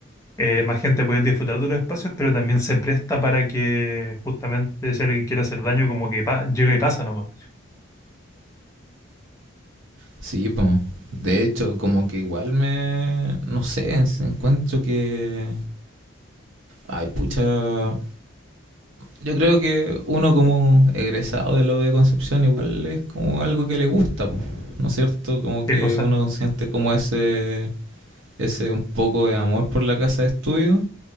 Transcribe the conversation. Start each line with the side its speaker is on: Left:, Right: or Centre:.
Left: eh, más gente puede disfrutar de los espacios, pero también se presta para que justamente si alguien quiere hacer daño, como que pa- llega y pasa nomás.
Right: Sí, pues De hecho, como que igual me no sé, encuentro que ay, pucha, Yo creo que uno como egresado de lo de Concepción igual es como algo que le gusta, po, ¿no es cierto? Como
Left: ¿Qué
Right: que
Left: cosa?
Right: uno siente como ese, ese un poco de amor por la casa de estudio,